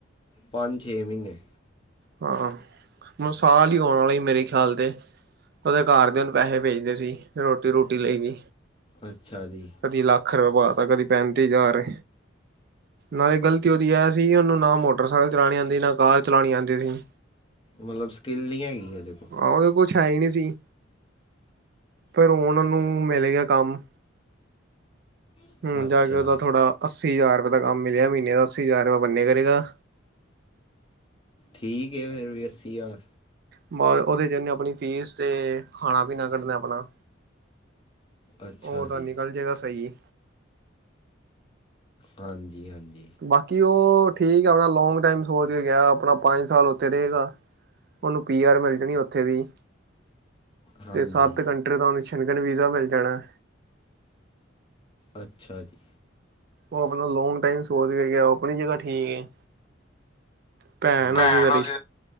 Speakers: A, on the left; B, on the right.
A: ਪੰਜ ਛੇ ਮਹੀਨੇ।
B: ਹਾਂ ਮ ਸਾਲ ਹੀ ਹੋਣ ਵਾਲਾ ਮੇਰੇ ਖਿਆਲ ਤੇ। ਉਹਦੇ ਘਰਦਿਆ ਨੂੰ ਪੈਸੇ ਭੇਜਣੇ ਸੀ ਰੋਟੀ ਰੂਟੀ ਲਈ ਵੀ
A: ਅੱਛਾ ਜੀ
B: ਕਦੀ ਲੱਖ ਰੁਪਏ ਪਾ ਤਾ ਕਦੀ ਪੈਂਤੀ ਹਜ਼ਾਰ ਨਾਲੇ ਗ਼ਲਤੀ ਉਹਦੀ ਇਹ ਸੀ ਉਹਨੂੰ ਨਾ ਮੋਟਰ <unintelligible> ਚਲਾਣੀ ਆਉਂਦੀ ਨਾ ਕਾਰ ਚਲਾਉਣੀ ਆਉਂਦੀ ਸੀ।
A: ਮਤਲਬ ਸਕਿੱਲ ਨਹੀਂ ਹੈਗੀ ਉਹਦੇ ਕੋਲ।
B: ਆਹੋ ਉਹਦੇ ਕੁਛ ਹੈ ਹੀ ਨਹੀਂ ਸੀ। ਫਿਰ ਉਹਨਾਂ ਨੂੰ ਮਿਲ ਗਿਆ ਕੰਮ
A: ਕੋਲ
B: ਹੁਣ
A: ਅੱਛਾ
B: ਜਾ ਕੇ ਉਹਦਾ ਥੋੜਾ ਅੱਸੀ ਹਜ਼ਾਰ ਰੁਪਏ ਦਾ ਕੰਮ ਮਿਲਿਆ ਮਹੀਨੇ ਦਾ ਅੱਸੀ ਹਜ਼ਾਰ ਰੁਪਏ ਬੰਨੇ ਕਰੇਗਾ।
A: ਠੀਕ ਹੈ ਫੇਰ ਵੀ ਅੱਸੀ ਹਜ਼ਾਰ।
B: ਬ ਉਹਦੇ ਚ ਉਹਨੇ ਆਪਣੀ ਫੀਸ ਤੇ ਖਾਣਾ ਪੀਣਾ ਕੱਢਣਾ ਆਪਣਾ
A: ਅੱਛਾ
B: ਉਹਦਾ
A: ਜੀ
B: ਨਿਕਲ ਜੇਗਾ ਸਹੀ।
A: ਹਾਂਜੀ ਹਾਂਜੀ।
B: ਬਾਕੀ ਉਹ ਠੀਕ ਆ ਆਪਣਾ ਲੋਂਗ ਟਾਈਮ ਸੋਚ ਕੇ ਗਿਆ ਆਪਣਾ ਪੰਜ ਸਾਲ ਉੱਥੇ ਰਹੇਗਾ। ਉਹਨੂੰ ਪੀ ਆਰ ਮਿਲ ਜਾਣੀ ਉੱਥੇ ਦੀ।
A: ਹਾਂਜੀ
B: ਤੇ ਸੱਤ ਕੰਟਰੀ ਦਾ ਉਹਨੂੰ <unintelligible> ਵੀਜ਼ਾ ਮਿਲ ਜਾਣਾ।
A: ਅੱਛਾ ਜੀ।
B: ਉਹ ਆਪਣਾ ਲੋਂਗ ਟਾਈਮ ਸੋਚ ਕੇ ਗਿਆ ਆਪਣੀ ਜਗ੍ਹਾ ਠੀਕ ਹੈ। ਭੈਣ
A: ਹਾਂਜੀ
B: ਉਹਦੀ ਦਾ ਰਿਸ਼